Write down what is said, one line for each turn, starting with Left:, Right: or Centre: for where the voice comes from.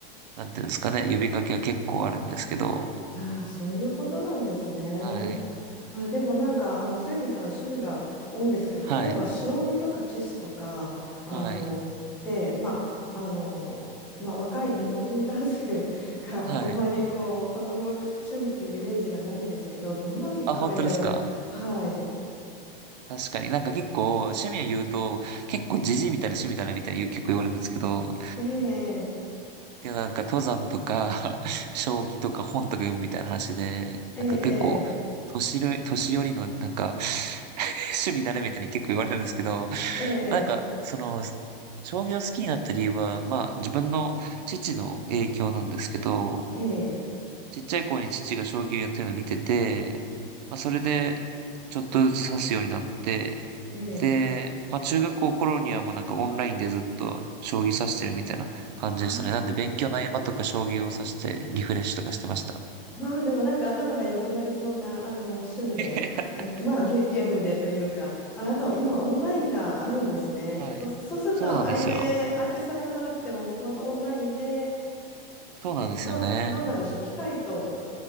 Right: なんていうんですかね、呼びかけは結構あるんですけど、
Centre: ああ、そういうことなんですね。
Right: はい、
Centre: まあでもなんか、あの、誠司さん趣味が多いんですけど、
Right: はい、
Centre: 例えば将棋とかチェスとか、あの、
Right: はい、
Centre: で、まあ、あの、まあ若い日本人男性 <laughs> があんまりこう、
Right: はい。
Centre: 好む趣味っていうイメージがないんですけど、どんなきっかけで、
Right: あ、本当ですか
Centre: はい、
Right: 確かになんか結構趣味を言うと、結構ジジイみたいな趣味だなみたいに結構言われるんですけど、
Centre: ええ
Right: で、なんか登山とか、<laughs> 将棋とか本とか読むみたいな話で、
Centre: えええ
Right: なんか結構、年寄り、年寄りのなんか <laughs> 趣味だねみたいに結構言われるんですけど、
Centre: ええ
Right: なんか、その、将棋を好きになった理由は、まあ自分の父の影響なんですけど、
Centre: ええええ
Right: ちっちゃい頃に父が将棋をやってるのを見てて、まあそれでちょっとずつ指すようになって、
Centre: ええ
Right: で、まあ中学校頃にはもうなんかオンラインでずっと将棋指してるみたいな感じでしたね。
Centre: ああ
Right: なんで勉強の合間とか将棋を指してリフレッシュとかしてました。
Centre: まあでもなんか頭が良くなりそうなあの趣味で、
Right: <laughs>
Centre: えまあゲ、ゲームでというか、まああと今オンラインがあるんですね。
Right: はい。
Centre: そ、そうすると相手、
Right: そうなんですよ。
Centre: 相手探さなくてももう本当オンラインで、
Right: そうなんですよね。
Centre: え、どう、どうなんでしょう、機械と